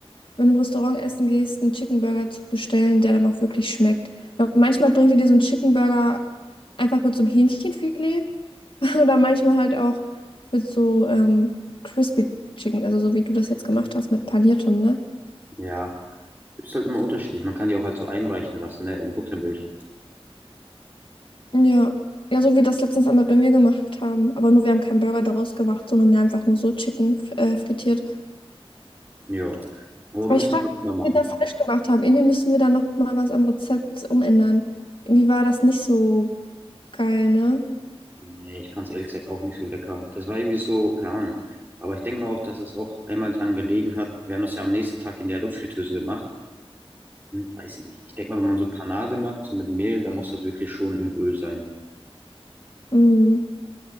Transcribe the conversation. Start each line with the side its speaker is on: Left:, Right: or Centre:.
Left: wenn du im Restaurant essen gehst, einen Chicken Burger zu bestellen, der dann auch wirklich schmeckt. Weil manchmal bringt die dir so einen Chicken Burger einfach mit so einem Hähnchenfilet. <laughs> Oder manchmal halt auch mit so ähm, Crispy Chicken, also so wie du das jetzt gemacht hast mit paniertem, ne?
Right: ja, ist halt immer unterschiedlich. Man kann die auch halt so einweichen lassen, ne, in Buttermilch.
Left: Ja. Ja, so wie das letztens einmal bei mir gemacht haben. Aber nur wir haben keinen Burger daraus gemacht, sondern ja einfach nur so Chicken f- äh, frittiert.
Right: Ja, aber müsste
Left: Aber ich frage
Right: man
Left: mich,
Right: nochmal
Left: was
Right: machen.
Left: wir da falsch gemacht haben. Irgendwie müssen wir da nochmal was am Rezept umändern. Irgendwie war das nicht so geil, ne?
Right: Nee, ich fand es ehrlich gesagt auch nicht so lecker. Das war irgendwie so, keine Ahnung. Aber ich denke mal auch, dass es auch einmal dran gelegen hat. Wir haben das ja am nächsten Tag in der Luftfritteuse gemacht. Hm, Weiß ich nicht. Ich denke mal, wenn man so Panade macht, so mit Mehl, dann muss das wirklich schon im Öl sein.
Left: Mhm.